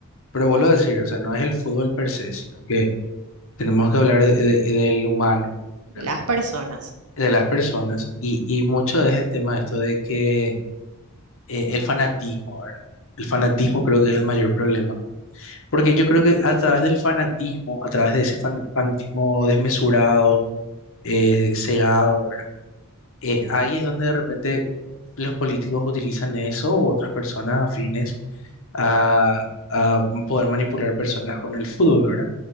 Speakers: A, on the left; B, on the right.
A: pero vuelvo a decir, o sea, no es el fútbol per se, sino que tenemos que hablar de- de- del humano,
B: de
A: ¿verdad?
B: las personas.
A: De las personas, y, y mucho es el tema de esto de que eh, el fanatismo, ¿verdad? El fanatismo creo que es el mayor problema, porque yo creo que a través del fanatismo, a través de ese fan- fanatismo desmesurado, eh, cegado, ¿verdad? eh, ahí es donde de repente los políticos utilizan eso u otras personas afines a, a poder manipular personas con el fútbol, ¿verdad?